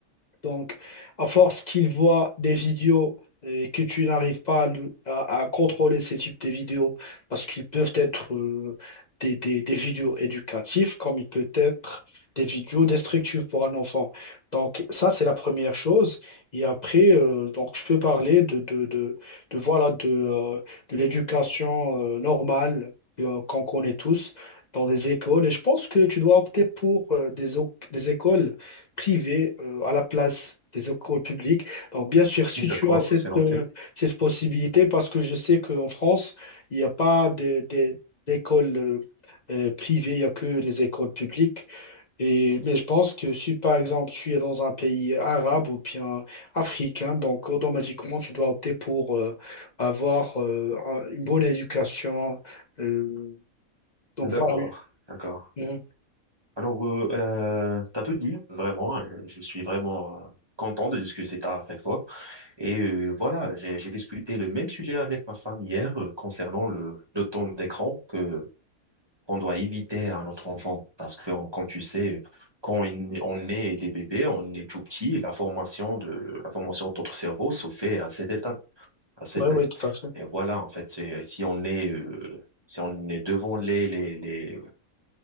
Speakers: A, on the left (about 40°); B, on the right (about 20°).
A: Donc, à force qu'ils voient des vidéos et que tu n'arrives pas à, le- à- à contrôler ces types de vidéos, parce qu'ils peuvent être euh, des, des- des vidéos éducatives, comme ils peuvent être des vidéos destructives pour un enfant. Donc, ça, c'est la première chose. Et après, euh, donc, je peux parler de, de, de, de, voilà, de, euh, de l'éducation euh, normale euh, qu'on connaît tous dans les écoles. Et je pense que tu dois opter pour euh, des, o- des écoles privées euh, à la place des écoles publiques. Donc, bien sûr, si
B: D'accord,
A: tu as cette,
B: c'est noté.
A: euh, cette possibilité, parce que je sais qu'en France, il n'y a pas des- des- d'écoles euh, euh, privées, il n'y a que les écoles publiques. Et, mais je pense que si par exemple tu es dans un pays arabe ou bien africain, donc automatiquement tu dois opter pour euh, avoir euh, un- une bonne éducation. euh, donc
B: D'accord,
A: voilà.
B: d'accord.
A: Oui,
B: Alors, euh, euh, t'as tout dit, vraiment. euh, Je suis vraiment euh, content de discuter ça avec toi. Et euh, voilà, j'ai j'ai discuté le même sujet avec ma femme hier euh, concernant le, le temps d'écran que qu'on doit éviter à notre enfant. Parce que, on- comme tu sais, quand il- on est des bébés, on est tout petit, la formation de, la formation de notre cerveau se fait à cette étape, à cette,
A: oui, tout à fait.
B: et voilà, en fait, c'est, si on est, euh, si on est devant les, les, les,